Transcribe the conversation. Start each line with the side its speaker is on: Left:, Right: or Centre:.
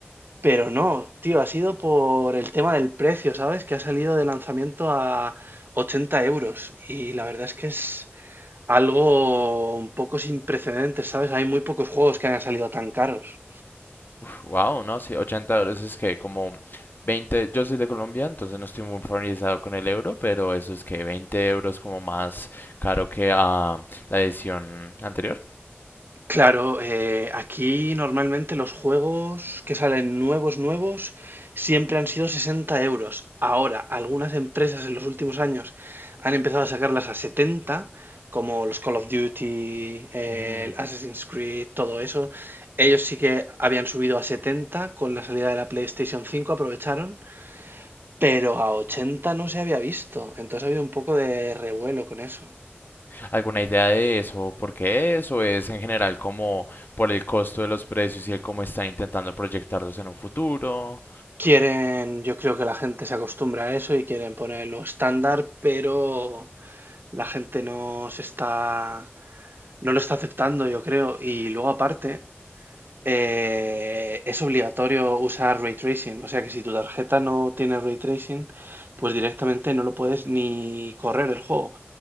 Right: pero no, tío, ha sido por el tema del precio, ¿sabes? Que ha salido de lanzamiento a 80 euros. Y la verdad es que es algo un poco sin precedentes, ¿sabes? Hay muy pocos juegos que hayan salido tan caros.
Left: Wow, no, sí, Ochenta dólares es que como 20. yo soy de Colombia, entonces no estoy muy familiarizado con el euro, pero eso es que 20 euros como más caro que ah, la edición anterior.
Right: Claro, eh, aquí normalmente los juegos que salen nuevos, nuevos, siempre han sido 60 euros. Ahora, algunas empresas en los últimos años han empezado a sacarlas a 70, como los Call of Duty, eh,
Left: Mm,
Right: el Assassin's Creed, todo eso. Ellos sí que habían subido a 70 con la salida de la PlayStation 5, aprovecharon, pero a 80 no se había visto. Entonces ha habido un poco de revuelo con eso.
Left: ¿Alguna idea de eso? ¿Por qué eso es en general como por el costo de los precios y el cómo están intentando proyectarlos en un futuro?
Right: Quieren, yo creo que la gente se acostumbra a eso y quieren ponerlo estándar, pero la gente no se está, no lo está aceptando, yo creo. Y luego aparte, eh, es obligatorio usar ray tracing, o sea que si tu tarjeta no tiene ray tracing, pues directamente no lo puedes ni correr el juego.